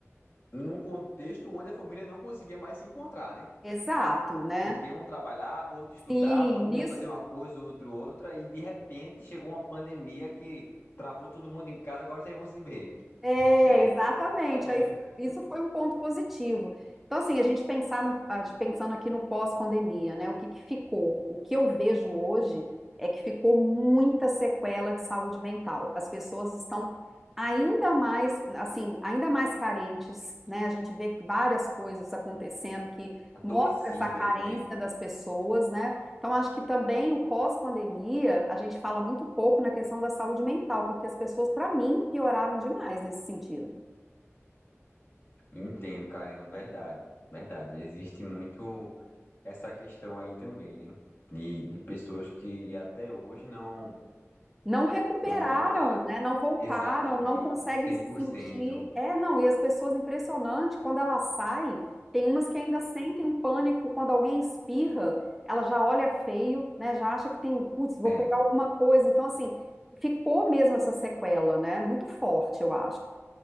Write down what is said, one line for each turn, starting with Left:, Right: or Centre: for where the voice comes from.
Left: num contexto onde a família não conseguia mais se encontrar, né?
Centre: Exato, né?
Left: Porque um trabalhava, outro estudava,
Centre: Sim,
Left: um
Centre: nisso
Left: ia fazer uma coisa, o outro outra, e de repente chegou uma pandemia que travou todo mundo em casa, agora vocês vão se ver.
Centre: É,
Left: É
Centre: exatamente.
Left: isso aí.
Centre: Aí isso foi um ponto positivo. Então, assim, a gente pensar no- a gente pensando aqui no pós-pandemia, né? O que que ficou? O que eu vejo hoje é que ficou muita sequela de saúde mental. As pessoas estão ainda mais, assim, ainda mais carentes, né? A gente vê várias coisas acontecendo que
Left: Adoecidas,
Centre: mostra essa carência
Left: né?
Centre: das pessoas, né? Então, acho que também o pós-pandemia, a gente fala muito pouco na questão da saúde mental, porque as pessoas, para mim, pioraram demais nesse sentido.
Left: Entendo, Karina, verdade. Verdade. Existe muito essa questão aí também, né? De, de pessoas que até hoje não,
Centre: Não recuperaram,
Left: não voltaram
Centre: né? Não voltaram,
Left: exatamente,
Centre: não conseguem
Left: o cem
Centre: se
Left: por
Centre: sentir.
Left: cento
Centre: É, não, e as pessoas, impressionante, quando elas saem, tem umas que ainda sentem um pânico quando alguém espirra, ela já olha feio, né? Já acha que tem, putz, vou
Left: É.
Centre: pegar alguma coisa. Então, assim, ficou mesmo essa sequela, né? Muito forte, eu acho.